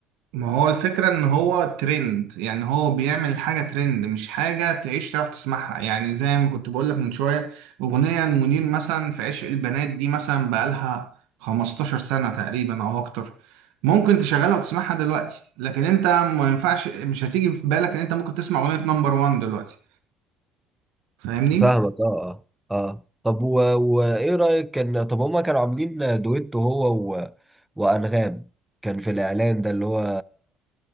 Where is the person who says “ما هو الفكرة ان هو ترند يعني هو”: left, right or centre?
Right